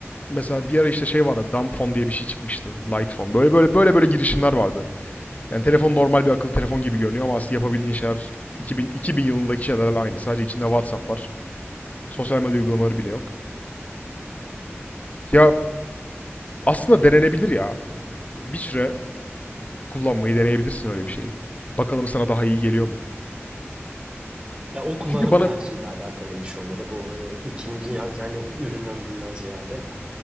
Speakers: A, on the left; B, on the right.
A: mesela bir ara işte şey vardı. Dumb phone diye bir şey çıkmıştı. Light phone. Böyle böyle böyle böyle girişimler vardı. Yani telefon normal bir akıllı telefon gibi görünüyor ama aslında yapabildiğin şeyler 2000, 2000 yılındaki şeylerle aynı. Sadece içinde WhatsApp var. Sosyal medya uygulamaları bile yok. Ya aslında denenebilir ya. Bir süre kullanmayı deneyebilirsin öyle bir şeyi. Bakalım sana daha iyi geliyor mu?
B: Ya o kullanım
A: Çünkü bana
B: tercihiyle alakalı bir şey olur. Bu hani ikinci ya- yani ürün ömründen ziyade.